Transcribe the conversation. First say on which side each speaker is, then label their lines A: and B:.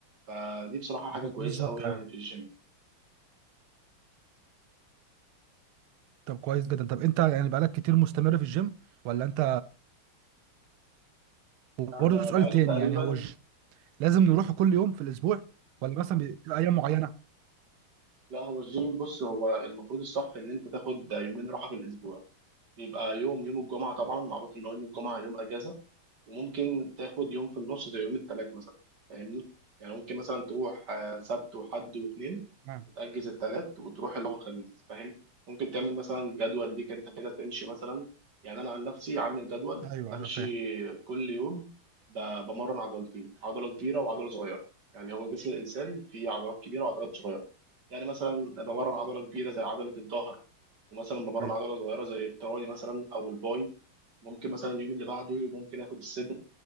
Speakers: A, on the right; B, on the right.
A: فدي بصراحه
B: ب-
A: حاجه كويسه
B: بالظبط
A: قوي يعني
B: ايوه
A: في الجيم
B: طب كويس جدا طب انت يعني بقالك كتير مستمر في الجيم ولا انت وبرضه
A: يعني انا
B: سؤال
A: بقالي
B: تاني
A: تقريبا
B: يعني هو الجيم لازم نروحه
A: مم.
B: كل يوم في الاسبوع ولا مثلا بتبقى ايام معينه
A: لا هو الجيم بص هو المفروض الصح ان انت تاخد يومين راحه في الاسبوع بيبقى يوم يوم الجمعه طبعا معروف ان هو يوم الجمعه يوم اجازه وممكن تاخد يوم في النص زي يوم التلات مثلا فاهمني يعني ممكن مثلا تروح آه، سبت وحد واثنين
B: نعم
A: وتأجز التلات وتروح الأول والخميس فاهم ممكن تعمل مثلا جدول ليك أنت كده تمشي مثلا يعني أنا عن نفسي عامل جدول
B: ايوه
A: بمشي
B: ايوه فاهم
A: كل يوم ب- بمرن عضلتين عضلة كبيرة وعضلة صغيرة يعني هو جسم الإنسان فيه عضلات كبيرة وعضلات صغيرة يعني مثلا بمرن عضلة كبيرة زي عضلة الظهر ومثلا بمرن
B: أيوة.
A: عضلة صغيرة زي التراي مثلا أو الباي ممكن مثلا اليوم اللي بعده ممكن آخد الصدر